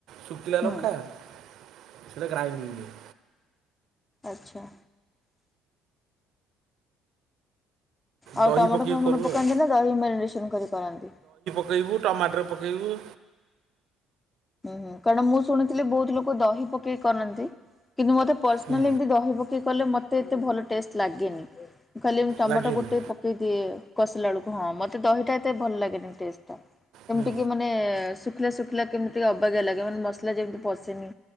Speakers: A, on the right (about 65°); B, on the left (about 20°).
A: ସୁକିଲା
B: ହୁଁ।
A: ଲଙ୍କା ସେଇଟା ଗ୍ରାଇଣ୍ଡକି ହୁଏ
B: ଆଛା। ଆଉ
A: ଦହି
B: ଟମାଟୋ
A: ପକେଇକି
B: ଫମୋଟୋ
A: କରୁ
B: ପକାନ୍ତି
A: ଆଉ
B: ନା ଦହି ମୋରିନେସନ କରି କରନ୍ତି?
A: ପକାଇବୁ ଟମାଟର ପକାଇବୁ।
B: ହୁଁ ହୁଁ କାରଣ ମୁଁ ଶୁଣିଥିଲି ବୋହୁତ ଲୋକ ଦହି ପକେଇକି କରନ୍ତି କିନ୍ତୁ ମତେ ପର୍ସନାଲି
A: ହୁଁ,
B: ଏମିତି ଦହି ପକେଇ କଲେ ମତେ ଏତେ ଭଲ ତେଷ୍ଟେ ଲାଗେନି ଖାଲି ଟମାଟୋ
A: ଲାଗିନି
B: ଗୋଟେ ପ ପକେଇଦିଏ କଷିଲା ବେଳକୁ ହଁ ମତେ ଦହିଟା ଏତେ ଭଲ ଲାଗେନି ଟେଷ୍ଟ ଟା କେମିତି
A: ହୁଁ।
B: କି ମାନେ ଶୁଖିଲା ଶୁଖିଲା କେମିତି ଅବାଗିଆ ଲାଗେ ମାନେ ମସଲା ଯେମିତି ପଶିନି